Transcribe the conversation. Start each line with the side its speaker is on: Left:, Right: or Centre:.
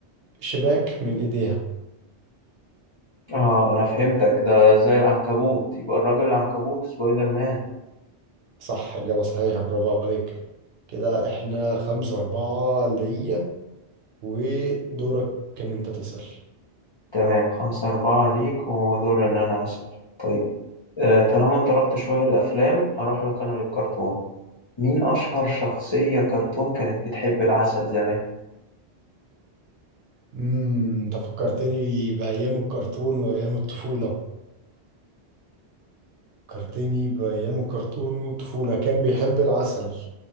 Right: شباك من إيديها
Left: اه انا فهمتك ده زي العنكبوت يبقى الراجل العنكبوت سبايدر مان
Right: صح إجابة صحيحة برافو عليك كده احنا خمسة أربعة ليا ودورك إن أنت تسأل
Left: تمام خمسة أربعة ليك ودور ان انا أسأل طيب آه طالما انت رحت شوية للأفلام أروح لك انا للكرتون مين أشهر شخصية كرتون كانت بتحب العسل زمان؟
Right: امم أنت فكرتني بأيام الكرتون وأيام الطفولة فكرتني بأيام الكرتون والطفولة كان بيحب العسل